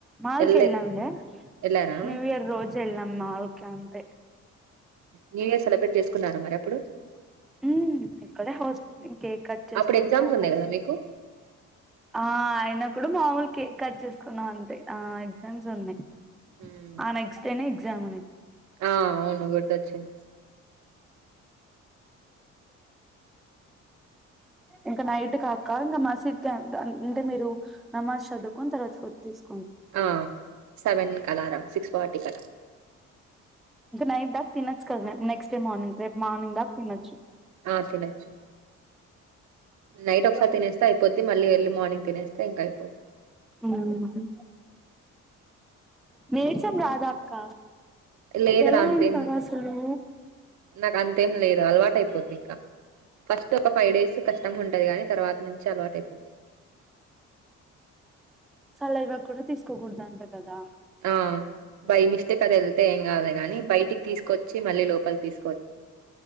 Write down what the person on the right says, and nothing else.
వెళ్ళే
వెళ్ళారా
న్యూ ఇయర్ సెలబ్రేట్ చేసుకున్నారా మరి అప్పుడు
అప్పుడు ఎగ్జామ్స్
ఉన్నాయి కదా మీకు
హ్మ్.
ఆ అవును గుర్తు వచ్చింది
ఆ సెవెన్ క అలారం సిక్స్ ఫార్టీ కలా
ఆ తినొచ్చు నైట్ ఒకసారి
తినేస్తే అయిపోద్ది మళ్ళీ ఎర్లీ మార్నింగ్ తినేస్తే ఇంకా అయిపోద్ది
లేదు
రా అంతేం
నాకు అంతేం లేదు అలవాట అయిపోద్ది ఇంకా ఫస్ట్ ఒక ఫైవ్ డేస్ కష్టం ఉంటది కాగాని తర్వాత నుంచి అలవాట అయిపోతాది
ఆ బై మిస్టేక్ అది వెళ్తే ఏం కాదు గాని బయటికి తీసుకొచ్చి మళ్ళీ లోపలి తీసుకు